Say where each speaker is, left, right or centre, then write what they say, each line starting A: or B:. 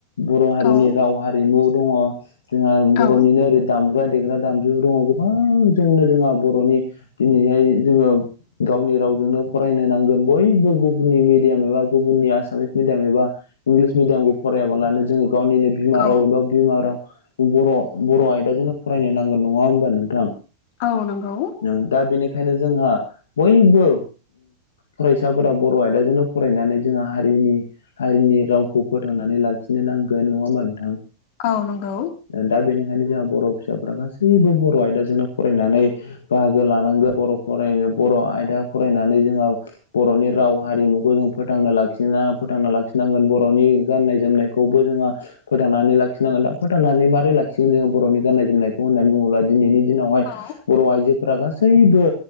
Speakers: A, on the left; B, on the left.
A: बर' हारिनि
B: औ
A: राव हा रिमु दङ' जोंहा
B: औ
A: बर'निनो ओरै दामग्रा देग्रा दामजु दङ' गोबां जोंनो जोंहा बर'नि दिनैहाय जोङो गावनि रावजोंनो फरायनो नांगोन बयबो गु बुननि मिडियाम एबा गुबुननि आसामामिस मिडियाम एबा इंलिस मिडियामखौ फरायाबालानो जोङो गावनिनो बिमा
B: औ
A: राव एबा बिमा राव। बर' बर' आयदाजोंनो फरायनो नांगोन नङा होमबा नोंथां।
B: औ नंगौ।
A: नो दा बेनिखायनो जोंहा बयबो फरायसाफोरा बर' आयदाजोंनो फरायनानै जोंहा हारिनि हारिनि रावखौ फोथांनानै लाखिनो नांगोन नङा होमबा नोंथां?
B: औ नंगौ।
A: दा बेनिखायनो जोंहा बर' फिसाफोरा गासैबो बर' आयदाजोंनो फरायनानै बाहागो लानांगोन बर' फराय बर' आयदा फरायनानै जोंहा बर'नि राव हारिमुखौ जों फोथांना लाखिना फोथांना लाखिनांगोन बर'नि गाननाय जोमनायखौबो जोंहा फोथांनानै लाखिनांगोन दा फोथांनानै मारै लाखिगोन जोङो बर'नि गाननाय जोमनायखौ होननानै बुङोब्ला दिनैनि दिनावहाय
B: औ
A: बर' आइजोफोरा गासैबो